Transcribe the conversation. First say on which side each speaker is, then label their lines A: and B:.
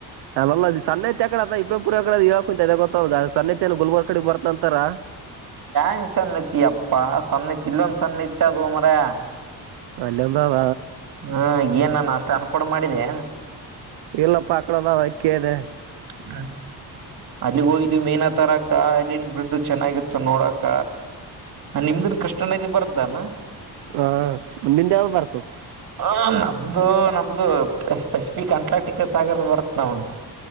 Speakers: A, on the right; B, on the right.
A: ಅಲ್ಲ ಅ ಸನ್ನೆತಿ ಕಡೆ ಅದ ಇಬರಪುರ್ ಯ ಕಡೆ ಅ ಹೇಳಾಕ ಕುಂತ ಗೊತ್ತದ ಸನ್ನತ್ತ ಏ ಗುಲ್ಬರ್ ಕಡೆ ಬತ ಅಂತಾರ
B: ನ್ ಸನ್ನತಿ ಯಾಪ್ಪಾ ಸನ್ನತಿ ಇನ್ನೊಂದು ಸನ್ನತಿ ಇತ್ತು ಮಾರಾಯ
A: ಅಲ್ಲಿದವ
B: ಹಾ ಏನ್ ನಾನು ಅಷ್ಟೇ ಅನ್ಪೊಂಡ ಮಾಡಿದ್ದೇ
A: ಇಲ್ಲಪ್ಪ ಆಕಡದಗೆ ಕೇಳಿದೆ
B: ಹ್ಮ ಅಲ್ಲಿ ಹೋಗಿದವಿ ಮೀನ ತರಕ್ಕ ಅಲ್ಲಿನ್ ಬಿದು ಚೆನ್ನಾಗಿತ್ತು ನೋಡಕ ನಿಮ್ದ ಕಸ್ಟಮಿಜಿ ಗೆ ಬರ್ತಾನ
A: ಹಾ ನಿಂದು ಯಾವುದು ಬರ್ತದೆ
B: ಹ ನಮ್ದು ನಮ್ದು ಪೆಸಿಫಿಕ್ ಅಂಟಾರಟಿಕಾ ಸಾಗರ್ ಬರ್ತಾವ ನೋಡು